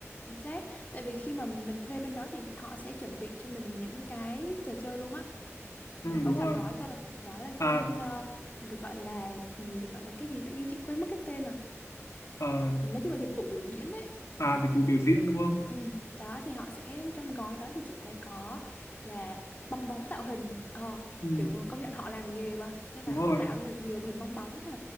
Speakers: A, on the left (about 30°); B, on the left (about 75°).
A: chính xác tại vì khi mà mình thuê bên đó thì họ sẽ chuẩn bị cho mình những cái trò chơi luôn á
B: ừ,
A: nó có
B: đúng
A: trọn
B: rồi
A: gói cơ đó là
B: à,
A: cái bên ờ, được gọi là ừ, được gọi là cái gì tự nhiên chị quên mất cái tên rồi
B: à
A: nói chung là dịch vụ biểu diễn ấy
B: à
A: rồi
B: dịch vụ biểu diễn đúng không
A: Ừ, đó thì họ sẽ trong gói đó thì chị thấy có là bong bóng tạo hình ờ
B: ừ,
A: kiểu công nhận họ làm nghề mà nên là
B: đúng rồi
A: họ tạo ra được nhiều hình bong bóng và